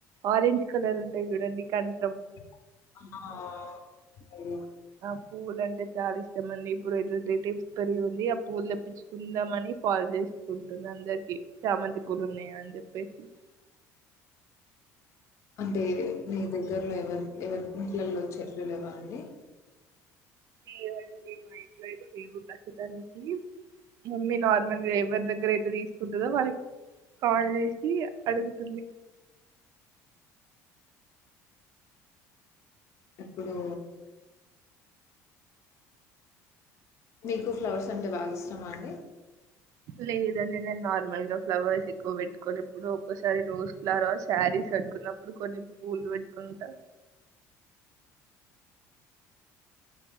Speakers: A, on the right; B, on the left.
A: ఆరెంజ్ కలర్ ఉంటాయి. చూడండి కన్
B: ఆ అయ్యో!
A: ఆ పూవ్వుల అంటే చాలా ఇష్టంమండి. ఇప్పుడే రిలేటివ్స్ పెళ్లి ఉంది. ఆ పూలు తెప్పించుకుందామని కాల్ చేసుకుంటుంది. అందరికి చామంతి పూలు ఉన్నాయా అని చెప్పేసి
B: అంటే మీ దగ్గరలో ఎవరు ఎవరి ఇంట్లల్లో చెట్లు లేవ్వ అండి.
A: లేవు అండి. మా ఇంట్లో అయితే లేవు ప్రస్తుతానికి మమ్మీ నార్మల్ల్ గ ఏప్ ఎవరి దగ్గర అయితే తీసుకుంటదో వాళ్ళకి కాల్ జేసి అడుగుతుంది.
B: ఇప్పుడు మీకు ఫ్లవర్స్ అంటే బాగా ఇష్టామా అండి.
A: లే లేదండి నేను నార్మల్ గా ఫ్లవర్స్ ఎక్కువ పెట్టుకోను ఏప్పుడో ఒక్కసారి రోజ్ ఫ్లవర్ శారీస్ పెట్టుకున్నప్పుడు. కొన్ని పూలు పెట్టుకుంటా